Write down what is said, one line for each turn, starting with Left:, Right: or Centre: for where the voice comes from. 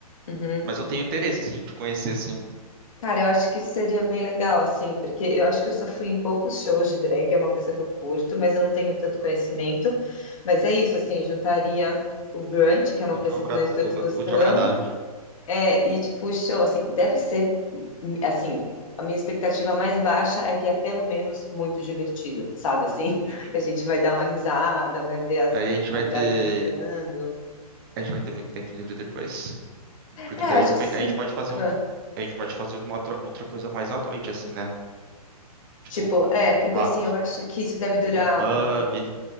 Left: Uhum.
Right: mas eu tenho interesse, assim, de conhecer, assim,
Left: Cara, eu acho que isso seria bem legal, assim, porque eu acho que eu só fui em poucos shows de drag, é uma coisa que eu curto, mas eu não tenho tanto conhecimento. Mas é isso, assim, juntaria o brunch, que é uma
Right: o
Left: coisa
Right: útil ao agra-
Left: que nós dois
Right: o-
Left: gostamos,
Right: o útil ao agradável.
Left: é, e tipo, o show, assim, deve ser, assim, a minha expectativa mais baixa é que é pelo menos muito divertido, sabe, assim, <laughs>
Right: Uhum.
Left: Que a gente vai dar uma risada, vai ver as,
Right: Aí a gente vai
Left: as
Right: ter,
Left: gatas dançando.
Right: a gente vai ter muito tempo livre depois, porque
Left: É,
Right: daí
Left: acho
Right: eu
Left: que
Right: pe-
Left: sim.
Right: a gente pode fazer,
Left: Ah.
Right: outra- a gente pode fazer uma outra, outra coisa mais à noite, assim, né? Tipo,
Left: Tipo, é, porque
Right: sei lá,
Left: assim, eu acho que isso deve durar.
Right: ir pra um pub,
Left: o- o-